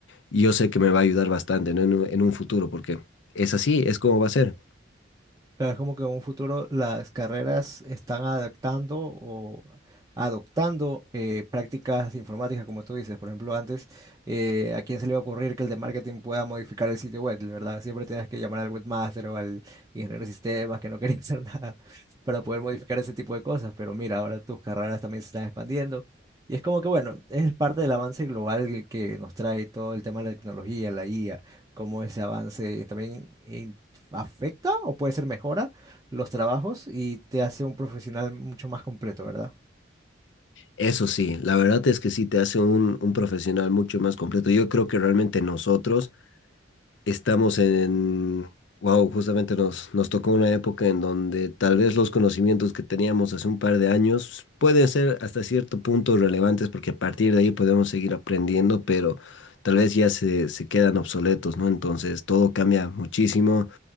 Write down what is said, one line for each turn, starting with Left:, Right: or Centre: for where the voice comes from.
Left: yo sé que me va a ayudar bastante, ¿no? En un, en un futuro, porque es así, es como va a ser.
Right: Claro, es como que en un futuro las carreras están adaptando o adoptando eh, prácticas informáticas, como tú dices. Por ejemplo, antes, eh, ¿a quién se le iba a ocurrir que el de marketing pueda modificar el sitio web, ¿verdad? Siempre tenías que llamar al webmaster o al ingeniero de sistemas que no quería <laughs> hacer nada para poder modificar ese tipo de cosas. Pero mira, ahora tus carreras también se están expandiendo. Y es como que, bueno, es parte del avance global que nos trae todo el tema de la tecnología, la IA, cómo ese avance también... eh, afecta o puede ser mejora los trabajos y te hace un profesional mucho más completo, ¿verdad?
Left: Eso sí, la verdad es que sí te hace un, un profesional mucho más completo. Yo creo que realmente nosotros estamos en, wow, justamente nos, nos tocó una época en donde tal vez los conocimientos que teníamos hace un par de años pueden ser hasta cierto punto relevantes porque a partir de ahí podemos seguir aprendiendo, pero tal vez ya se, se quedan obsoletos, ¿no? Entonces todo cambia muchísimo.